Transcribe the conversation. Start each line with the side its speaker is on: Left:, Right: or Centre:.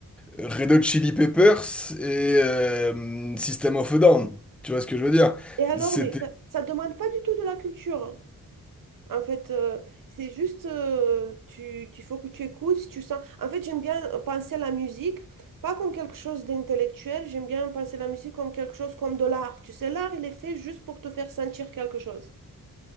Centre: Red Hot Chili Peppers et euh, System of a Down. Tu vois ce que je veux dire?
Right: Et alors,
Centre: C'était,
Right: mais ça, ça demande pas du tout de la culture. hein. En fait, euh, c'est juste, euh, tu, tu faut que tu écoutes, si tu sens. En fait, j'aime bien penser à la musique, pas comme quelque chose d'intellectuel, j'aime bien penser à la musique comme quelque chose comme de l'art. Tu sais, l'art, il est fait juste pour te faire sentir quelque chose.